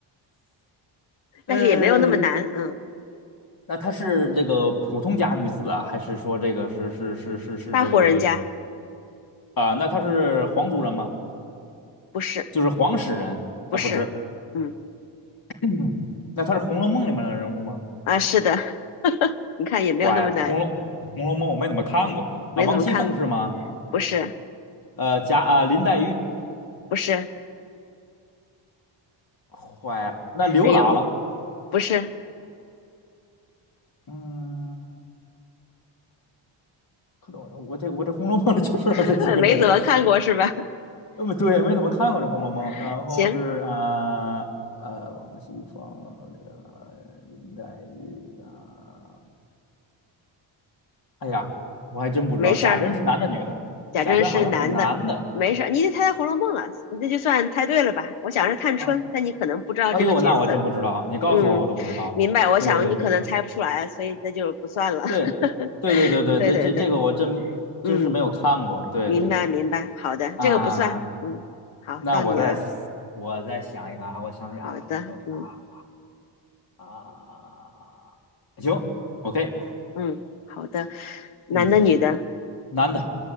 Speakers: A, on the left; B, on the left.
A: <laughs> 但是也没有那么难。
B: 呃，
A: 嗯，
B: 那她是这个普通家女子啊，还是说这个是是是是是这个
A: 大户人家
B: 啊、那她是皇族人吗？
A: 不是
B: 就是皇室人，
A: 不是，
B: 她不是。
A: 嗯
B: 嗯，那她是《红楼梦》里面的人物吗？
A: 啊，是的，<laughs> 你看也没有那么难，
B: 坏了，《红楼红楼梦》我没怎么看过啊、
A: 没怎么看过。
B: 王熙凤是吗？
A: 不是，
B: 呃，贾啊、林黛玉，
A: 不是，
B: 坏了，那刘姥姥。
A: 哎呦，不是，
B: 嗯，可懂我这我这《红楼梦》里就知道这几个人，
A: <laughs> 没怎么看过是吧？
B: 呃，不对，没怎么看过这《红楼梦》。
A: <laughs>
B: 然后是啊呃，
A: 行，
B: 呃王熙凤、呃林黛玉啊、哎呀，我还真不知道贾珍是男的女的，
A: 没事儿，贾政是男的，
B: 贾珍好像是男的
A: 没事儿，你已经猜到《红楼梦》了，你这就算猜对了吧？我想是探春，
B: 啊。
A: 但你可能不知道这个角色。
B: 哎呦，那我真不知道，你告诉我我都不知道。
A: 嗯，明白，我想你可能猜不出来，
B: 对对对
A: 所以这就不算了。<laughs>
B: 对对对对对，
A: 对对对，
B: 这这这个我真真是没有看过。
A: 嗯，
B: 对对对
A: 明白明白，好的，
B: 啊，
A: 这个不算，嗯，好，
B: 那我再
A: 到你了，
B: 我再想一个啊，我想想啊，
A: 好的，
B: 那叫啥
A: 嗯
B: 啊？行，OK，
A: 嗯，好的，男的女的，
B: 嗯，男的。